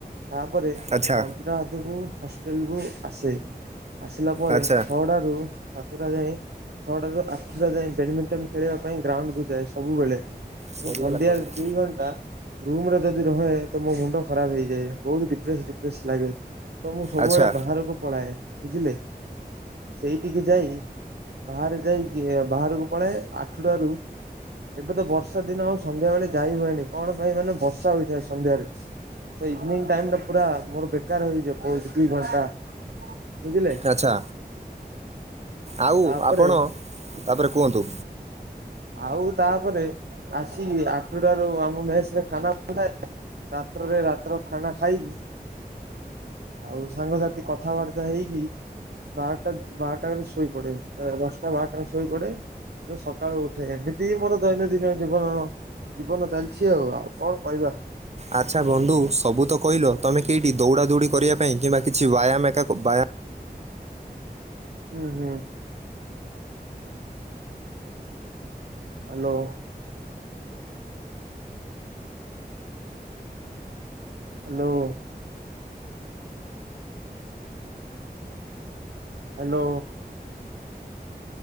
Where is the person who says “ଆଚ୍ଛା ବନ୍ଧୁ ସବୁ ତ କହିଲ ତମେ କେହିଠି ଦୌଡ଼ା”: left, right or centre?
Right